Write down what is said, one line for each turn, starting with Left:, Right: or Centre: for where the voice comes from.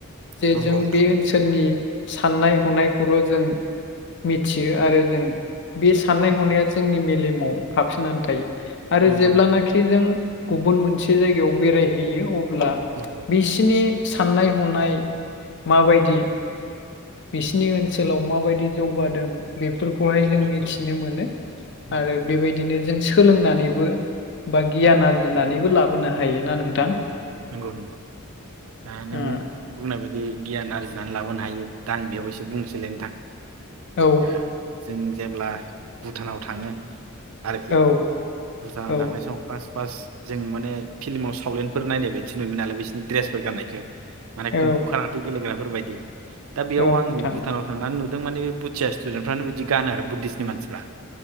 Left: जे
Right: नंगौ
Left: जों
Right: नोंथां
Left: बे ओनसोलनि साननाय हनायखौल' जों <inaudible> मिथियो आरो जों बे साननाय हनाया जोंनि मेलेमाव हाबसोनानै थायो। आरो
Right: नंगौ
Left: जेब्लानाखि
Right: नोंथां
Left: जों गुबुन मोनसे जायगायाव बेरायहैयो अब ब्ला
Right: नंगौ
Left: बिसिनि साननाय हनाय माबायदि बिसिनि ओनसोलाव माबायदि जौगादों बेफ फोरफोरखौहाय जों
Right: नंगौ
Left: मिथिनो मोनो
Right: नंगौ
Left: आरो
Right: नोंथां
Left: बेबायदिनो जों। सोलोंनानैबो बा। गियान आरजिनानैबो
Right: नंगौ
Left: लाबोनो हायो ना नोंथां?
Right: नंगौ दा नों
Left: उम
Right: बुंनाय बायदिनो। बि गियान आरजिनानै लाबोनो हायो दा आं बेयाव एसे बुंसैलाय नोंथां।
Left: औ
Right: ओ जों। जेब्ला भुटानाव थाङो। आरोखि
Left: औ
Right: भुटानाव
Left: औ
Right: थांनाय समाव फार्स्ट। फार्स्ट जों माने फिल्माव सावलेनफोर नायनाय बायदि नुयोमोन नालाय बिसिोरनि दड्रेसफोर गाननायखौ। माने
Left: औ
Right: कम्फु कारथि गेलेग्राफोर बायदि। दा बेयाव
Left: औ नोंथां
Right: आं भुटानाव थांनानै नु माने बुथिया स्थुडेन्टफ्रानो बिदि गानो आरो बुधिसनिमानसिफ्रा।